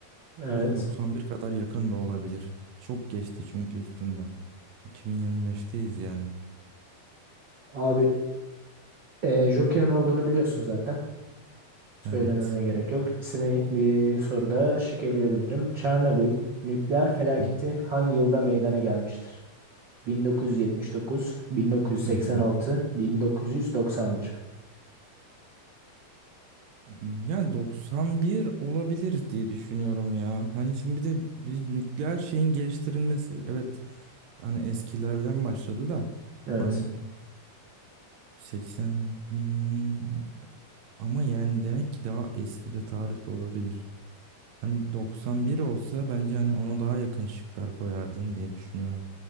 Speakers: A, on the right; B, on the right.
A: Evet.
B: Ya da 91 kadar yakın da olabilir. Çok geçti çünkü üstünden. 2025'teyiz yani.
A: Abi e, Joker'in olduğunu biliyorsun zaten. Söylememe
B: Evet.
A: gerek yok. Seni bir soruda şık eleyebilirim. Çernobil nükleer felaketi
B: Hı
A: hangi yılda meydana gelmiştir? 1979, 1986,
B: hı. hı.
A: 1991.
B: Yani 91 olabilir diye düşünüyorum ya. Hani şimdi bir de bir nükleer şeyin geliştirilmesi. Evet. Hani eskilerden başladı da
A: Evet.
B: hani 80 hmm, ama yani demek ki daha eski bir tarihte olabilir. Hani 91 olsa bence hani ona daha yakın şıklar koyardın diye düşünüyorum.